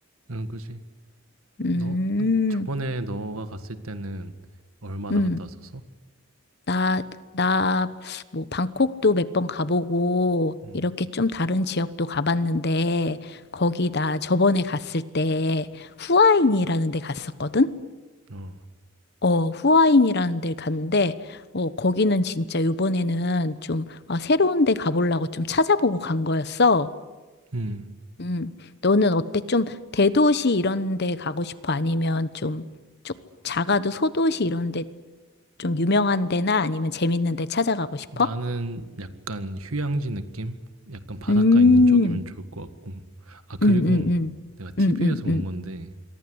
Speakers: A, on the right; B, on the left.
A: 응, 그지. 너
B: 음,
A: 음, 저번에 너가 갔을 때는 얼마나
B: 음,
A: 갔다 왔었어?
B: 나, 나, 뭐, 방콕도 몇 번 가보고,
A: 응,
B: 이렇게 좀 다른 지역도 가봤는데, 거기 나 저번에 갔을 때 후아인이라는 데 갔었거든?
A: 어,
B: 어, 후아인이라는 데 갔는데, 어, 거기는 진짜 요번에는 좀, 아, 새로운 데 가보려고 좀 찾아보고 간 거였어.
A: 응.
B: 음, 너는 어때? 좀 대도시 이런 데 가고 싶어? 아니면 좀, 쭉 작아도 소도시 이런 데 좀 유명한 데나 아니면 재밌는 데 찾아가고 싶어?
A: 나는 약간 휴양지 느낌? 약간 바닷가
B: 음,
A: 있는 쪽이면 좋을 것 같고. 아, 그리고
B: 음, 음, 음,
A: 내가 TV에서
B: 음, 음,
A: 본
B: 음,
A: 건데,